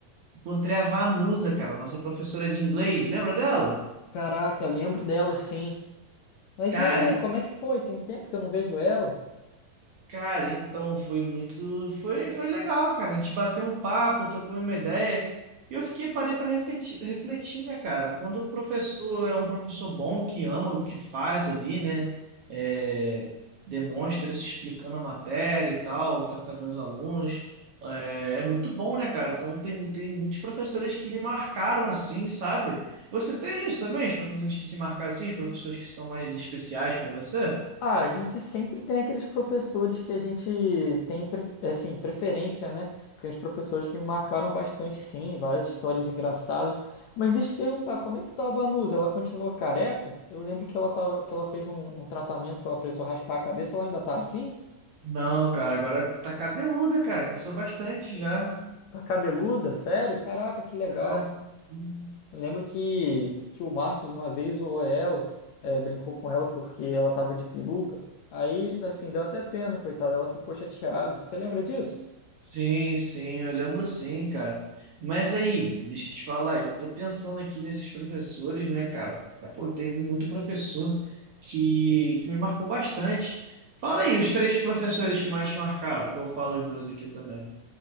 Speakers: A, on the right (about 60°); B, on the left (about 70°).
A: Encontrei a Vanusa, cara, nossa professora de inglês. Lembra dela?
B: Caraca, lembro dela sim. Mas
A: Cara,
B: e aí, como é que foi? Tem tempo que eu não vejo ela?
A: Cara, então foi muito, foi, foi legal, cara. A gente bateu um papo, trocou uma ideia. E eu fiquei, parei para refletir, refletir, né, cara? Quando o professor é um professor bom, que ama o que faz ali, né? É, demonstra se explicando a matéria e tal, trata bem os alunos. É, é muito bom, né, cara? Então tem, tem muitos professores que me marcaram assim, sabe? Você tem isso também? Os professores que te marcaram assim, os professores que são mais especiais para você?
B: Ah, a gente sempre tem aqueles professores que a gente tem, pre- assim, preferência, né? Tem uns professores que me marcaram bastante, sim, várias histórias engraçadas. Mas deixa eu te perguntar, como é que tava a Vanusa? Ela continua careca? Eu lembro que ela tava, que ela fez um, um tratamento que ela precisou raspar a cabeça, ela ainda tá assim?
A: Não, cara, agora tá cabeluda, cara. Cresceu bastante já.
B: Tá cabeluda? Sério? Caraca, que legal.
A: Ah, sim,
B: Eu lembro que, que o Marcos uma vez zoou ela, eh, brincou com ela porque ela tava de peruca. Aí, assim, deu até pena, coitada, ela ficou chateada. Você lembra disso?
A: sim, sim, eu lembro sim, cara. Mas aí, deixa eu te falar, eu tô pensando aqui nesses professores, né, cara? Pô, teve muito professor que, que me marcou bastante. Fala aí, os três professores que mais te marcaram, que eu falo os meus aqui também.